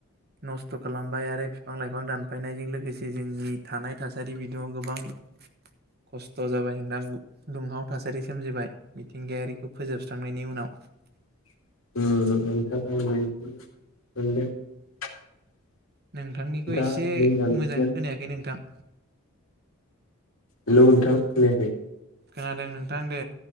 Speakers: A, on the right; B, on the left.
A: नस्थ' खालामबाय आरो बिफां लाइफां दानफायनायजों लोगोसे जोंनि थानाय थासारि बिदुङा गोबां बां खस्थ' जाबाय नोंथां दुंहाव थासारि सोमजिबाय मिथिंगायारिखौ फोजोबस्रांनायनि उनाव
B: <unintelligible>
A: नोंथांनिखौ
B: दा
A: एसे
B: जोंना मिथिंगा
A: मोजां खोनायाखै नोंथां
B: हेल' नोंथां खोनायाखै
A: खोनादों नोंथां दे